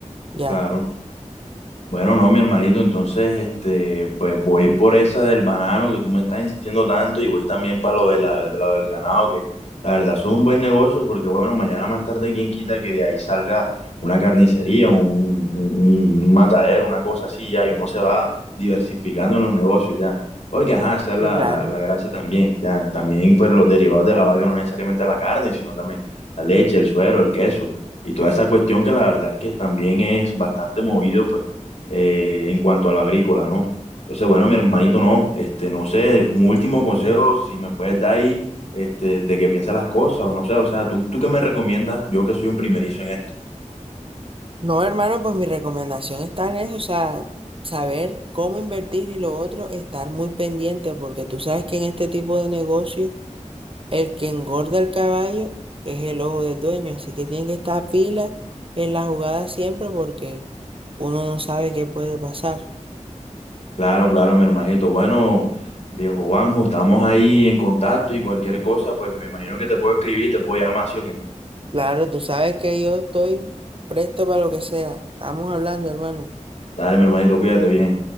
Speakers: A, on the right (about 45°); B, on the left (about 60°).
A: ya.
B: Claro. Bueno, no, mi hermanito, entonces, este, pues voy por esa del banano que tú me estás insistiendo tanto y voy también para lo de la, de lo del ganado, que la verdad es un buen negocio porque, bueno, mañana más tarde, quién quita que de ahí salga una carnicería, un, un, un matadero, una cosa así ya, y uno se va diversificando en los negocios ya. Porque, ajá, esa es la,
A: Sí, claro.
B: la, la gracia también, ya, también pues los derivados de la vaca, no necesariamente la carne, sino también la leche, el suero, el queso y toda esa cuestión que la verdad es que también es bastante movido, pues eh, en cuanto a lo agrícola, ¿no? Entonces, bueno, mi hermanito, no, este, no sé, un último consejo, si me puedes dar ahí, este, de que piensas las cosas, o no sé, o sea, ¿tú, tú qué me recomiendas? Yo que soy un primerizo en esto.
A: No, hermano, pues mi recomendación está en eso, o sea, saber cómo invertir y lo otro, estar muy pendiente, porque tú sabes que en este tipo de negocio, el que engorda el caballo es el ojo del dueño, así que tiene que estar pila en la jugada siempre porque uno no sabe qué puede pasar.
B: Claro, claro, mi hermanito, bueno, viejo Juanjo, estamos ahí en contacto y cualquier cosa, pues me imagino que te puedo escribir, te puedo llamar, ¿sí o qué?
A: Claro, tú sabes que yo estoy presto para lo que sea. Estamos hablando, hermano.
B: Dale, mi hermanito, cuídate bien.